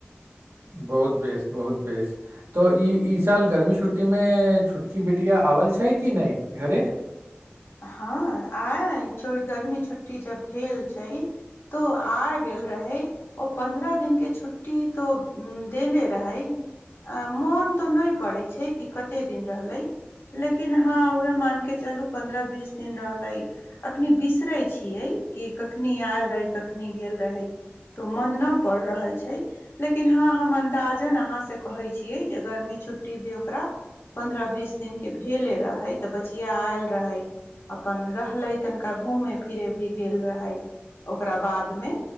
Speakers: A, on the right; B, on the left.
A: बहुत बेस बहुत बेस तऽ ई ई साल गर्मी छुट्टीमे छोटकी बेटिया आओल छै कि नहि घरे
B: हँ आयल जब गर्मी छुट्टी जब भेल छै तो आ गेल रहै ओ पन्द्रह दिन के छुट्टी तो देले रहे अ मोन तऽ नहि पड़ै छै कि कते दिन रहलै लेकिन हँ उह मान के चलू पन्द्रह बीस दिन रहले अखनी बिसरे छियै कि कखनी आयल रहै कखनी कखनी गेल रहै तो मन न पड़ रहल छै लेकिन हँ हम अन्दाजन अहाँ से कहै छियै जे गर्मी छुट्टी भी ओकरा पन्द्रह बीस दिन के भेले रहे ते बचिया आयल रहै अपन रहले तनिका घूमे फिर फिरे भी गेल रहै ओकरा बाद मे